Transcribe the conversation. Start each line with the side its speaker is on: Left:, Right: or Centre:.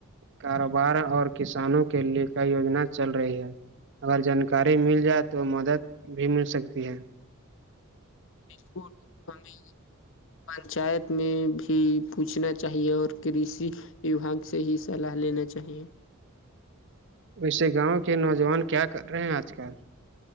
Right: کاروبار اور کسانوں کے لیے کئی یوجنا چل رہی ہے اگر جانکاری مل جائے تو مدد بھی مل سکتی ہے
Left: اس <unintelligible> پنچایت میں بھی پوچھنا چاہیے اور کرسیی یواگ سے ہی صلاح لینا چاہیے
Right: ویسے گاؤں کے نوجوان کیا کر رہے ہیں آج کل